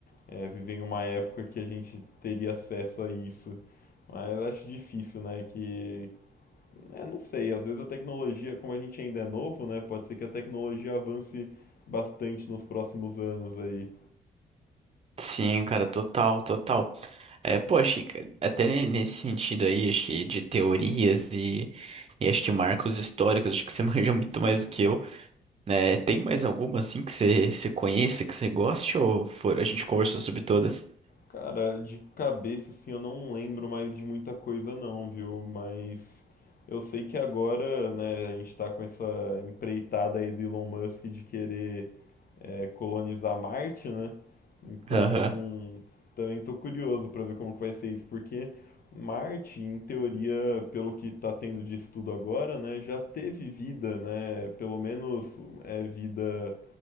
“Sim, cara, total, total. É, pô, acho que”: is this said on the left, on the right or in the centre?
Right